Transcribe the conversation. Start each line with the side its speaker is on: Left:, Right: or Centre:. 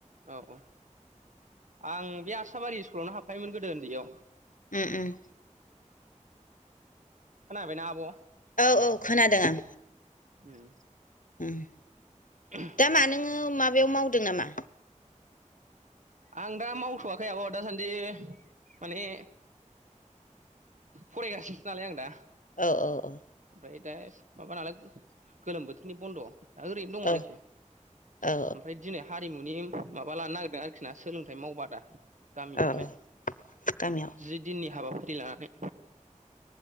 Right: औ औ आं बे आससाबारि स्कुलावनो हाबफायोमोन गोदो उन्दैयाव
Left: ओम ओम
Right: खोनाबायना आब'
Left: औ औ खोनादों आं
Right: ओम
Left: ओम
Right: <unintelligible>
Left: दा मा नोङो माबायाव मावदों नामा
Right: आं दा मावथ'वाखै आब' दासान्दि माने फरायगासिनो नालाय आं दा।
Left: औ औ औ।
Right: ओमफ्राय दा माबा नालाय गोलोम बोथोरनि बन्द'। दा ओरैनो दं
Left: औ
Right: आरोखि
Left: औ
Right: ओमफ्राय दिनो। हारिमुनि माबा लानो नागिरदों आरोखि ना सोलोंथाइ मावबादा गामियावहाय
Left: औ औ गामियाव
Right: जि दिननि हाबाफारि लानानै